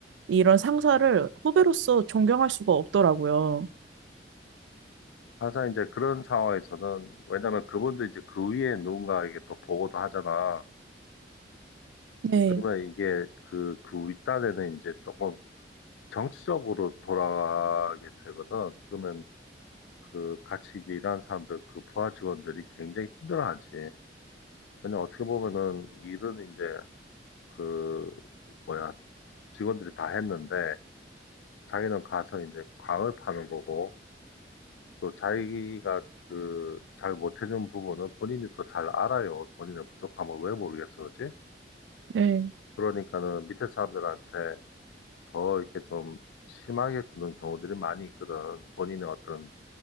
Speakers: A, on the right (about 85°); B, on the left (about 85°).
A: 이런 상사를 후배로서 존경할 수가 없더라고요.
B: 항상 이제 그런 상황에서는 왜냐면 그분도 이제 그 위에 누군가에게 또 보고도 하잖아.
A: 네.
B: 그러면 이게 그, 그 윗단에는 이제 조금 정치적으로 돌아가게 되거든. 그러면 그 같이 이제 일하는 사람들, 그 부하 직원들이 굉장히 힘들어하지. 왜냐면 어떻게 보면은 일은 이제 그 뭐야 직원들이 다 했는데 자기는 가서 이제 광을 파는 거고, 또 자기가 그 잘 못해준 부분은 본인이 또 잘 알아요. 본인의 부족함을 왜 모르겠어, 그지?
A: 네.
B: 그러니까는 밑에 사람들한테 더 이렇게 좀 심하게 구는 경우들이 많이 있거든. 본인의 어떤